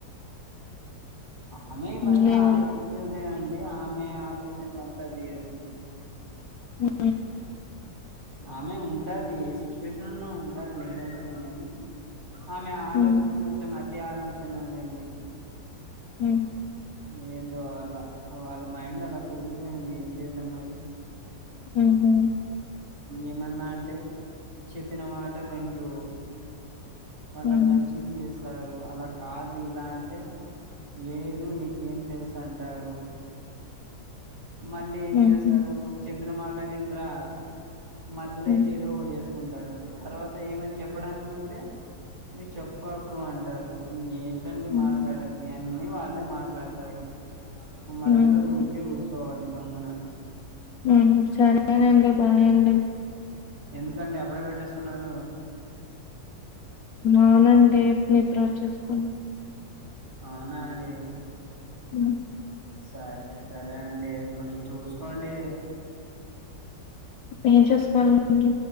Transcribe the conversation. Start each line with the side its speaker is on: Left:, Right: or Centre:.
Right: ఆమె ఇవన్నీ
Left: ఏమో
Right: ఆలోచించలేదేమండి ఆమె ఆలోచనలంతా వేరు
Left: ఉ
Right: ఆమె ఉంటాది ఏ సిచ్యువేషన్న ఉంటాది లేదంటలే నేను ఆమె ఆలోచన
Left: హ్మ్.
Right: కొంచెం అతి ఆలోచన లేండి
Left: ఉ
Right: ఏందో అ వాళ్ళ మైండ్ అలా కుదిరిపోయింది ఏం చేద్దాం మరి
Left: ఉ హు
Right: ఏమన్నా అటే చెప్పిన మాట విండ్రు వాళ్ళకి
Left: హ్మ్.
Right: నచ్చంది చేస్తారు అలా కాదు ఇలా అంటే లేదు నీకేం తెలుసు అంటారు మళ్ళీ ఏం
Left: హుహు.
Right: చేస్తారు చెప్పిన మాట ఏంట్రా మధ్యలో
Left: హ్మ్.
Right: ఏదో ఒక చేసుకుంటారు చేసుకుంటారు తర్వాత ఏమని చెప్పడానికి పోతే ఇవి చెప్పాకు అంటారు ఇంకేం ఏంటే
Left: హ్మ్.
Right: మాట్లాడేది అన్ని వాళ్ళే మాట్లాడతారు మధ్యలో
Left: హ్మ్.
Right: ఊరికే ఊరుకోవాలి గమ్మున
Left: ఉ హు సరేనండి బాయండి
Right: ఎందుకండి అప్పుడే పెట్టేస్తున్నారు
Left: అవునండి నిద్ర వచ్చేస్తుంది
Right: అవునా అండి
Left: ఉ
Right: సరే సరే అండి కొంచెం చూసుకోండి
Left: ఏం చేసుకోలండి